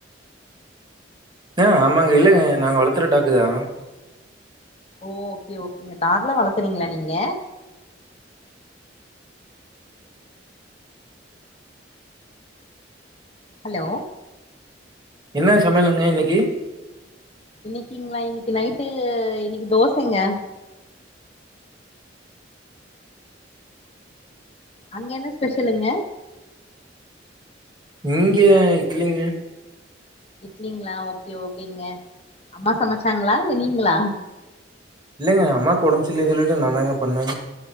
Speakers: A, on the right; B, on the left.
A: ஆ ஆமாங்க இல்லங்க நாங்க வளர்த்துற டாக்கு தா
B: ஓ ஓகே ஓகேங்க டாக்கெல்லா வளர்த்துறீங்களா நீங்க ஹலோ
A: என்ன சமையலுங்க இன்னைக்கு
B: இன்னைக்கிங்ளா இன்னைக்கு நைட்டு இன்னைக்கு தோசங்க அங்க என்ன ஸ்பெஷலுங்க
A: இங்க இட்லிங்க
B: இட்லிங்ளா ஓகே ஓகேங்க அம்மா சமைச்சாங்களா இல்ல நீங்ளா
A: இல்லைங்க அம்மாக்கு உடம்பு சரியில்லனு சொல்லிட்டு நா தாங்க பண்ண